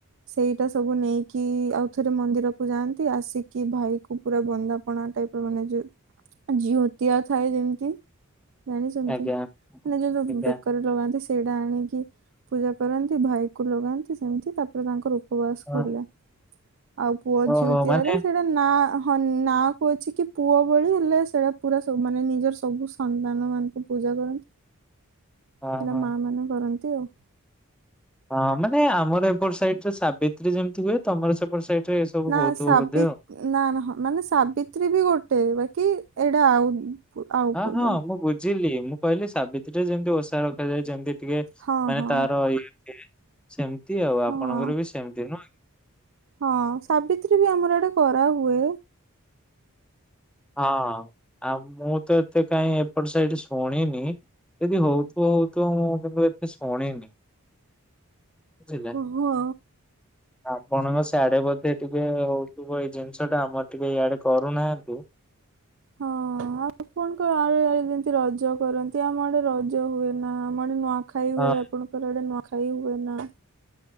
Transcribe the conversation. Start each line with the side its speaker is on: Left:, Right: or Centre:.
Right: ସେଇଟା ସବୁ ନେଇ କି ଆଉଥରେ ମନ୍ଦିରକୁୁ ଯାଆନ୍ତି ଆସିକି ଭାଇ କ ପୁରା ବନ୍ଦାପଣା ଟାଇପର ମାନେ ଯୋଉ ଯିଅତିଆ ଥାଏ ଯେମିତି ଜାଣିଛନ୍ତି
Centre: ଆଜ୍ଞା
Right: ଯୋଉ
Centre: ଆଜ୍ଞା
Right: ସୁ ବେକରେ ଲଗାନ୍ତି ସେଇଟା ଆଣିକି ପୂଜା କରନ୍ତି ଭାଇ କୁ ଲଗାନ୍ତି ସେମିତି ତାପରେ ତାଙ୍କର ଉପବାସ
Centre: ହଁ
Right: ଖୋଲେ ଆଉ ପୁଅ
Centre: ଓହୋ
Right: ଯିଉତିଆରେ
Centre: ମାନେ
Right: ସେ ସେଟା ନା ହଁ ନା କ ଅଛି କି ପୁଅ ଭଳି ହେଲେ ସେଟା ପୁରା ସବୁ ମାନେ ନିଜର ସବୁ ସନ୍ତାନ ମାନ ପୂଜା କରନ୍ତି
Centre: ହଁ
Right: ହୋ
Centre: ହଁ।
Right: ମା ମାନେ କରନ୍ତି ଆଉ
Centre: ହଁ ମାନେ ଆମର ଏପଟ ସାଇଡରେ ସାବିତ୍ରୀ ଯେମିତି ହୁଏ ତମର ସେପଟ ସାଇଡରେ ସବୁ
Right: ନା
Centre: ହଉଥିବ
Right: ସାବ୍ରୀ
Centre: ବୋଧେ ଆଉ।
Right: ନା ମାନେ ସାବିତ୍ରୀ ବି ଗୋଟେ ବାକି ଏଇଟା ଆଉ ଆଉ
Centre: ହଁ
Right: ପୂଜା
Centre: ହଁ ମୁଁ ବୁଝିଲି ମୁଁ କହିଲି ସାବିତ୍ରୀରେ ଯେମିତି ଓଷା ରଖାଯାଏ ଯେମିତି ଟିକେ
Right: ହଁ
Centre: ମାନେ
Right: ହଁ
Centre: ତାର ଇଏ ସେମିତି ଆଉ
Right: ହଁ
Centre: ଆପଣଙ୍କର ବି ସେମତି ନୁହଁ କି?
Right: ହଁ ସାବିତ୍ରୀ ବି ଆମର ଇଆଡ଼େ କରା ହୁଏ।
Centre: ହଁ ଆଉ ମୁଁ ତ ଏତେ କାହିଁ ଏପଟ ସାଇଟରେ ଶୁଣିନି? ଯଦି ହଉଥିବ ହଉଥିବ ମୁଁ କିନ୍ତୁ ଏତେ ଶୁଣିନି? ବୁଝିଲେ।
Right: ଓହୋ।
Centre: ଆପଣଙ୍କ ସିଆଡେ ବୋଧେ ଟିକେ ହଉଥିବ ଏଇ ଜିନିଷଟା ଆମର ଟିକେ ଇଆଡେ କରୁନାହାଁନ୍ତି।
Right: ହଁ ଆଉ ଆପଣଙ୍କ ଆଉ ଯେମିତି ରଜ କରନ୍ତି। ଏତ ଆମଆଡେ ରଜ ହୁଏ ନା ଆମ ଆଡେ ନୂଆଖାଇ
Centre: ହଁ
Right: ହୁଏ ଆପଣଙ୍କର ଆଡେ ନୂଆଖାଇ ହୁଏ ନା।